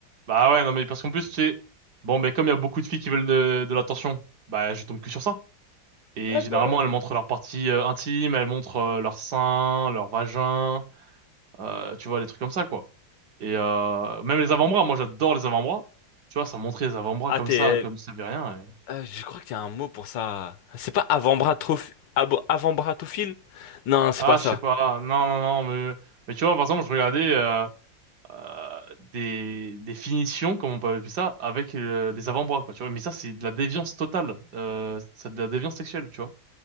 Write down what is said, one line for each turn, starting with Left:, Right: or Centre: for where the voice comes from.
Right: Bah ouais non mais parce qu'en plus tu sais bon ben comme il y a beaucoup de filles qui veulent de, de l'attention, bah je tombe que sur ça. Et
Left: Ouais,
Right: généralement,
Left: bah.
Right: elles montrent leurs parties euh, intimes, elles montrent euh, leurs seins, leurs vagins, euh, tu vois, les trucs comme ça, quoi. Et euh, même les avant-bras, moi j'adore les avant-bras. Tu vois, ça montrait les avant-bras
Left: Ah,
Right: comme
Left: t'es...
Right: ça, comme ça veut rien. et-
Left: euh, je crois qu'il y a un mot pour ça. C'est pas avant-bras trop... avant-bras Non, c'est
Right: Ah,
Left: pas ça.
Right: je sais pas, ah, non, non, non, mais, mais tu vois, par exemple, je regardais euh, euh, des, des finitions, comme on peut appeler ça, avec euh, les avant-bras, quoi, tu vois. Mais ça, c'est de la déviance totale, euh, c'est de la déviance sexuelle, tu vois.